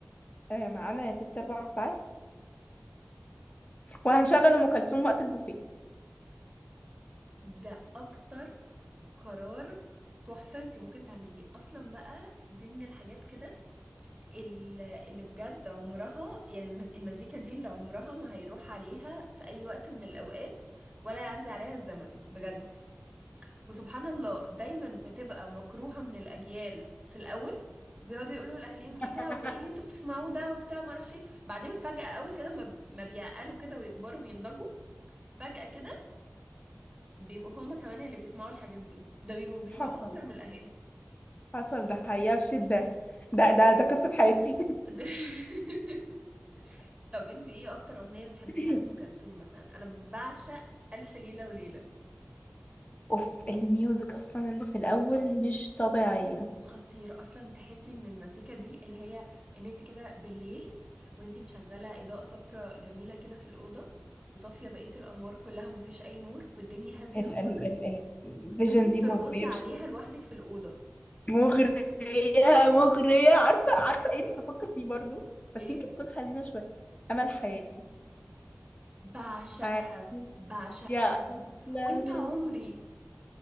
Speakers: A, on the left; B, on the right.
A: آه، معانا يا ستي أربع ساعات وهنشغل أم كلثوم وقت البوفيه
B: ده أكتر قرار تحفة انت ممكن تعمليه اصلا بقى دي من الحاجات كده ال- اللي بجد عمرها يعني الم- المزيكا دي اللي عمرها ما هيروح عليها في اي وقت من الاوقات ولا يعدي عليها الزمن بجد وسبحان الله دايما بتبقى مكروهة من الاجيال في الاول وبيقعدوا يقولوا لاهاليهم
A: <laughs>
B: ايه ده وايه اللي انتوا بتسمعوه ده وبتاع ما اعرفش ايه بعدين فجأة اول كده ما ما بيعقلوا كده ويكبروا وينضجوا فجأة كده بيبقوا هم كمان اللي بيسمعوا الحاجات دي ده بيبقوا بيسمعوها
A: حصل
B: اكتر من الاهالي
A: حصل ده حقيقة بشدة ده ده ده قصة حياتي
B: <laughs> طب انت ايه اكتر اغنية بتحبيها
A: <laughs>
B: لأم كلثوم مثلا انا بعشق الف ليلة وليلة
A: اوف الميوزك اصلا اللي في الاول مش طبيعية
B: خطير اصلا تحسي ان المزيكا دي اللي هي ان انت كده بالليل وانت مشغلة اضاءة صفراء جميلة كده في الأوضة وطافية بقية الانوار كلها مفيش اي نور والدنيا هادية
A: ال
B: خالص
A: ال ال الفيجن
B: وانت بترقصي
A: دي مغرية
B: عليها
A: بش...
B: لوحدك في الأوضة
A: مغرية مغرية عارفة عارفة ايه اللي بفكر فيه برضو بس
B: ايه
A: يمكن تكون حزينة شوية امل حياتي
B: بعشقها
A: حياتي
B: بعشقها
A: يا أحلى
B: وانت
A: من
B: عمري